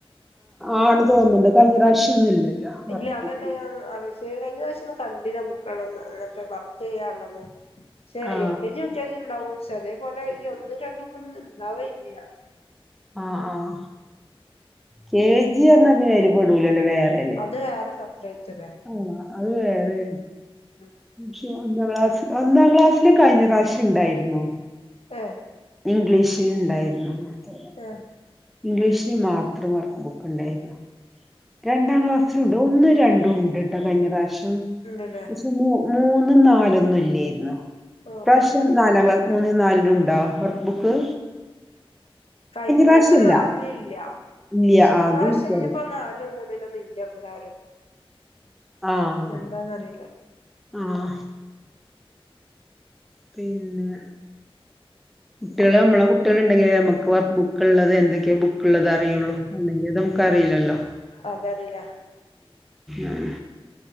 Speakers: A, in the centre; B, on the left (about 80°).
A: ആആണ് തോന്നുണ്ട് കഴിഞ്ഞ പ്രാവശ്യഒന്നും ഇല്ലല്ലോ വർക്ക്
B: ഇല്ല അതന്നെ
A: ബുക്ക്
B: ഞാൻ ആലോചിച്ചെ കഴിഞ്ഞ വശം ഒ കണ്ടില്ല ബുക്കള്ളന്ന് അങ്ങനത്തെ വർക്ക് ചെയ്യാണ്ട ന്ന്
A: ആ
B: L K G. U K G ഉണ്ടാവും സ ലേ പോലെ ഈ ഒന്നും രണ്ടുക്കന്നും ഇണ്ടാവലില്ല
A: ആഹ് ആഹ് കെ ജി പറഞ്ഞാൽ പിന്നെ അയിൽ പെടൂല്ലല്ലോ വേറെ അല്ലെ?
B: ഇത് വേറെ സെപ്പറേറ്റ്ല്ലേ
A: അനെ അത് വേറെ
B: ഉം
A: പക്ഷെ ഒന്നാം ക്ലാസ് ഒന്നാം ക്ലാസ്സില് കഴിഞ്ഞ പ്രാവശ്യം ഉണ്ടായിരുന്നോ
B: ഏഹ്
A: ഇംഗ്ലീഷ് ഉണ്ടായിരുന്നു അത്
B: ഏഹ്
A: ഇംഗ്ലീഷിന് മാത്രം വർക്ക് ബുക്ക് ഉണ്ടായിരുന്നു. രണ്ടാം ക്ലാസ്സിലുണ്ട് ഒന്നും രണ്ടും ഉണ്ട്ട്ടോ കഴിഞ്ഞ പ്രാവശ്യം
B: ഉണ്ടല്ലേ
A: പക്ഷെമൂ മൂന്നും നാലൊന്നും ഇല്ലായിരുന്നു
B: ഓ
A: ഇപ്രാവശ്യം
B: ഓ
A: നാലാം ക്ലാസ് മൂന്നും നാലിനും ഉണ്ടോ വർക്ക് ബുക്ക്
B: കഴിഞ്ഞ
A: പ്രാവശ്യം
B: വർഷം
A: ഇല്ല
B: നാലിന് ഇല്ല
A: ഇല്ല
B: ഷെ
A: ആ,
B: ഇപ്രാവശ്യം
A: അത് എനിക്കറിയാം
B: ഞ്ഞിപ്പോ നാലും മൂന്നിലൊന്നും ഇല്ല ഇവരാരും
A: ആഹ്
B: എന്താന്നറിയില്ല
A: ആഹ് പിന്നെ കുട്ടികൾ നമ്മളെ കുട്ടികൾ ഉണ്ടെങ്കിലേ നമുക്ക് വർക്ക് ബുക്ക ഉള്ളത് എന്തൊക്കെയ ബു ക്ക്‌ ഉള്ളത് അറിയുള്ളു അല്ലെങ്കിൽ അത് നമുക്ക് അറിയില്ലല്ലോ
B: അതറില്ല
A: ആഹ്